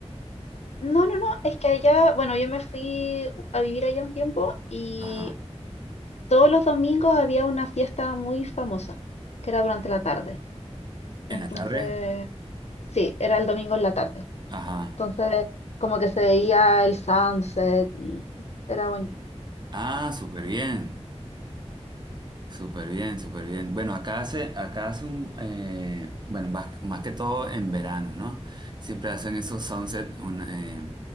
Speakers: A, on the left (about 70°); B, on the right (about 40°).
A: No, no, no, es que allá, bueno, yo me fui a vivir allá un tiempo y
B: Ajá.
A: todos los domingos había una fiesta muy famosa, que era durante la tarde.
B: ¿En
A: Entonces,
B: la tarde?
A: sí, era el domingo en la tarde.
B: Ajá.
A: Entonces, como que se veía el sunset y era bonito.
B: Ah, súper bien. Súper bien, súper bien. Bueno, acá hace, acá hace un, eh, bueno, más, más que todo en verano, ¿no? Siempre hacen esos sunset. un, eh,